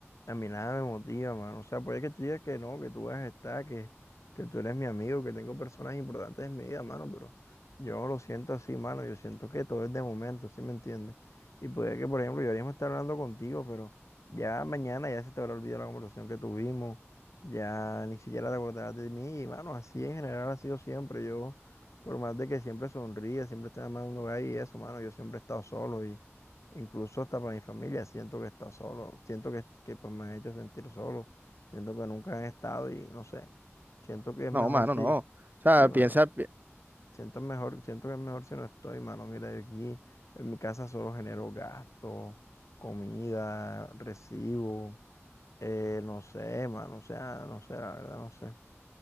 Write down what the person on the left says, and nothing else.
a mí nada me motiva, mano. O sea, puede que tú digas que no, que tú vas a estar, que, que tú eres mi amigo, que tengo personas importantes en mi vida, mano, pero yo no lo siento así, mano. Yo siento que todo es de momento, ¿sí me entiendes? Y puede que, por ejemplo, yo ahora mismo esté hablando contigo, pero ya mañana ya se te habrá olvidado la conversación que tuvimos, ya ni siquiera te acordarás de mí, y, mano, así en general ha sido siempre. Yo, por más de que siempre sonríe, siempre estoy amando ahí y eso, mano, yo siempre he estado solo y Incluso hasta para mi familia siento que está solo, siento que, que pues me han hecho sentir solo, siento que nunca han estado y no sé, siento que es
mejor
si,
sí, mano,
siento mejor, siento que es mejor si no estoy, mano, mira, yo aquí en mi casa solo genero gastos, comida, recibo, eh, no sé, mano, o sea, no sé, la verdad, no sé.